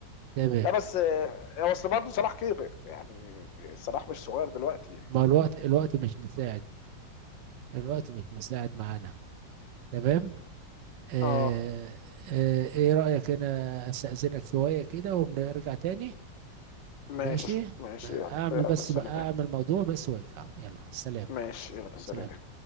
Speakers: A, on the right; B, on the left.
A: تمام
B: لا بس آه، اصل برضه صلاح كبر يعني صلاح مش صغير دلوقتي
A: ما الوقت الوقت مش مساعد الوقت مش مساعد معانا تمام آه
B: اه
A: آه ايه رأيك انا استأذنك شويه كده ونرجع تاني
B: ماشي
A: ماشي
B: ماشي
A: بقى
B: يلا
A: اعمل
B: يلا
A: بس
B: سلام
A: بقى اعمل موضوع بس وارجع يلا سلام
B: ماشي يلا سلام
A: سلام